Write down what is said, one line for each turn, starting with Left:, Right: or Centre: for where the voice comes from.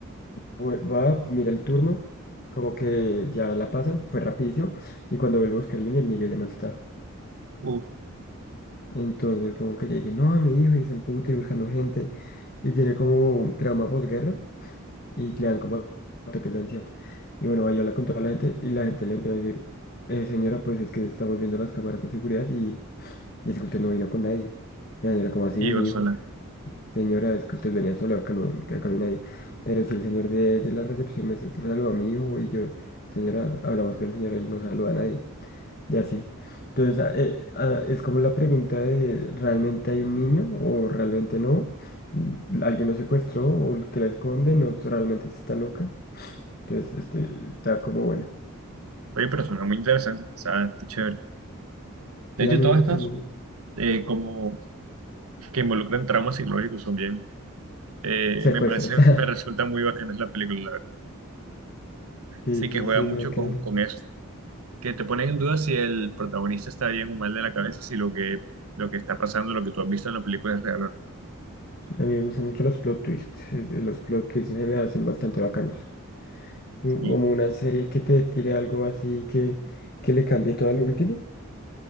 Left: Vue- Va, mira el turno, como que ya la pasan, fue rapidísimo, y cuando vuelvo a buscar el niño, el niño ya no está.
Right: Uf,
Left: Entonces como que ya dice, no, mi hijo, y se emputa y buscando gente, y tiene como un trauma posguerra, y le dan como ataques de ansiedad. Y bueno, ahí habla con toda la gente, y la gente le empieza a decir, "Eh, señora, pues es que estamos viendo las cámaras de seguridad, y, y es que usted no vino con nadie. Y la señora como así,
Right: Y yo
Left: mi
Right: sola.
Left: hijo. Señora, es que usted venía sola, acá no, que acá no hay nadie. Pero si el señor de, de la recepción me sal- saluda a mi hijo y yo, señora, hablamos con el señor, él no saluda a nadie. Y así. Entonces, ah, eh, ah, es como la pregunta de, ¿realmente hay un niño o realmente no? Mm, ¿Alguien lo secuestró o el que la esconde? ¿No realmente sí está loca? Entonces, este, está como buena.
Right: Oye, pero suena muy interesante. O sea, está chévere. De
Left: Sí,
Right: hecho,
Left: a mí
Right: todas
Left: me gustan
Right: estas
Left: los
Right: eh, como que involucran traumas psicológicos son bien. eh,
Left: secuestros.
Right: me parece,
Left: <laughs>
Right: <laughs> me resulta muy bacana la película, la verdad.
Left: Sí,
Right: Sí que
Left: sí,
Right: juega
Left: sí,
Right: mucho
Left: mira que
Right: con,
Left: a
Right: con eso. Que te ponen en duda si el protagonista está bien o mal de la cabeza y si lo que, lo que está pasando, lo que tú has visto en la película es real o no.
Left: mí me gustan mucho los plot twists. es- Los plot twists se me hacen bastante bacanos. un-
Right: Y
Left: como una serie que te tire algo así que, que le cambie todo a lo último,